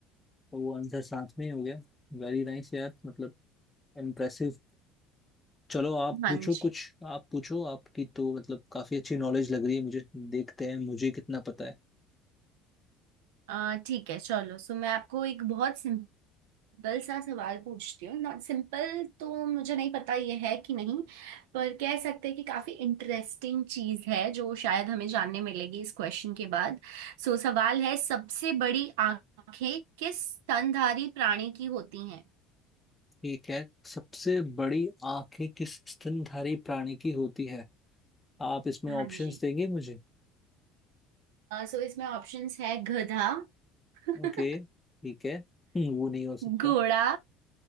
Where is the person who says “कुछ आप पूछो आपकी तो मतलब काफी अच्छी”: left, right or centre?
Left